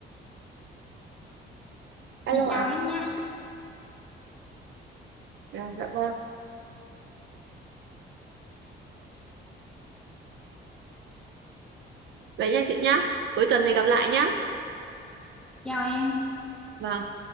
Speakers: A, on the right; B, in the centre.
A: Alo
B: chị chào
A: ạ.
B: em nha
A: Dạ dạ vâng. Vậy nha chị nhá. Cuối tuần này gặp lại nhá.
B: chào em
A: Vâng.